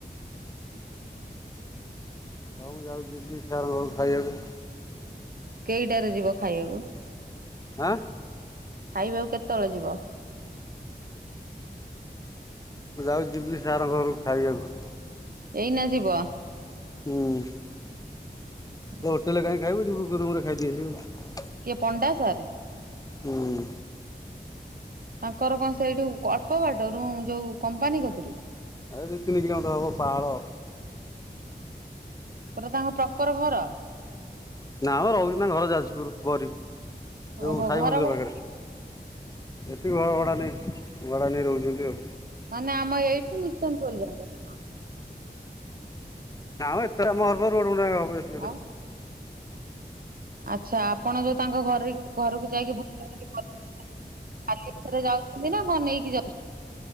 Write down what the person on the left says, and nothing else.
ହଉ ମୁ ଯାଉଚି ଯିବି ସାର୍ ଙ୍କ ଘରକୁ ଖାଇଆକୁ।
ଆଁ?
ମୁଁ ଯାଉଚି ଯିବି ସାର୍ ଙ୍କ ଘରକୁ ଖାଇବାକୁ।
ହୁଁ। ସେ
ହୋଟେଲ୍ ରେ କାହିଁ ଖାଇବୁ ଯିବୁ ରୁମ୍ ରେ ଖାଇଦେଇ ଆସିବୁ।
ହୁଁ
ଏ ଦି ତିନି କିଲୋମିଟର ହବ ପାହାଳ।
ନା ମୋ ରହୁଚନ୍ତି ତାଙ୍କ ଘର ଯାଜପୁର ବରୀ। ଯୋଉ
ସାଇ
ମନ୍ଦିର
ପାଖରେ। ଏଠି ଘର ଭଡ଼ା ନେଇ ଭଡ଼ା ନେଇ ରହୁଛନ୍ତି ଆଉ।
ନା ମ ଏତେ ଆମ ଘର। <unintelligible>